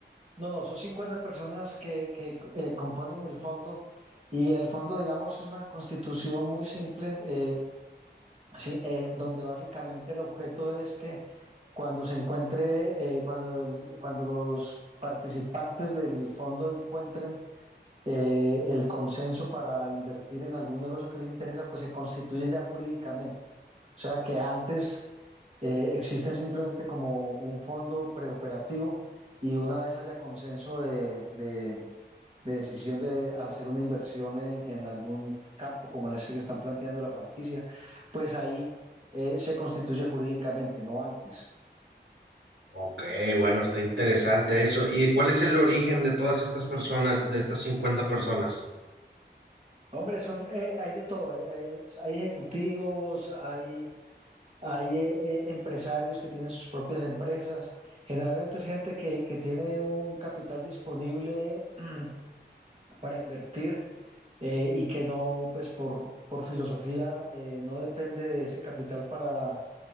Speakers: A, on the right; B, on the right.
A: no, no, son 50 personas que, que eh, componen el fondo y el fondo, digamos, es una constitución muy simple. eh, Sí, eh, donde básicamente el objeto es que cuando se encuentre, eh, cuando, el- cuando los participantes del fondo encuentren eh, el consenso para invertir en algún negocio que les interesa, pues se constituye ya jurídicamente. O sea que antes eh, existen simplemente como un fondo preoperativo y una vez haya consenso de, de- de decisión de hacer una inversión en, en algún campo como en este que están planteando la franquicia, pues ahí eh, se constituye jurídicamente, no antes.
B: Ok, bueno, está interesante eso. ¿Y cuál es el origen de todas estas personas, de estas 50 personas?
A: Hombre, son, eh, hay de todo, eh, hay ejecutivos, hay, hay eh, eh, empresarios que tienen sus propias empresas, generalmente es gente que, que tiene un capital disponible <clears throat> para invertir eh, y que no, pues por, por filosofía, eh, no depende de ese capital para